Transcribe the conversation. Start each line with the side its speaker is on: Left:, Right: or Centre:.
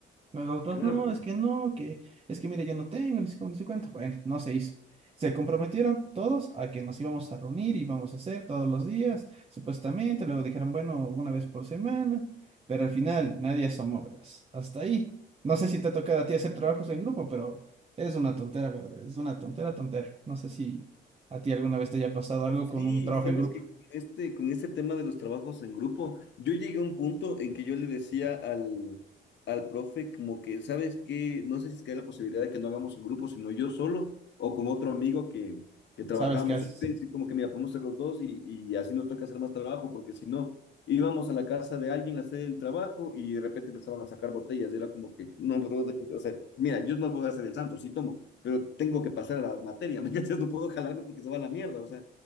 Right: Nosotros,
Left: claro.
Right: no, es que no, que es que mire, yo no tengo, ni sé cómo, ni sé cuánto. Bueno, no se hizo. Se comprometieron todos a que nos íbamos a reunir y íbamos a hacer todos los días, supuestamente. Luego dijeron, bueno, una vez por semana, pero al final nadie asomó, verás. Hasta ahí. No sé si te ha tocado a ti hacer trabajos en grupo, pero es una tontera, verde Es una tontera, tontera. No sé si a ti alguna vez te haya pasado algo con
Left: Sí,
Right: un trabajo
Left: sabes
Right: en grupo.
Left: que con este, con este tema de los trabajos en grupo, yo llegué a un punto en que yo le decía al, al profe como que, ¿sabes qué? No sé si es que hay la posibilidad de que no hagamos en grupo, sino yo solo o con otro amigo que, que trabajábamos
Right: ¿Sabes qué haces?
Left: juntos, y así como que, mira, podemos ser los dos y, y así nos toca hacer más trabajo, porque si no, íbamos a la casa de alguien a hacer el trabajo y de repente empezaban a sacar botellas y era como que, no, brother, o sea, mira, yo no puedo hacer el santo, sí tomo, pero tengo que pasar a la materia, <laughs> ¿me cachas? No puedo jalarme porque se va a la mierda, o sea.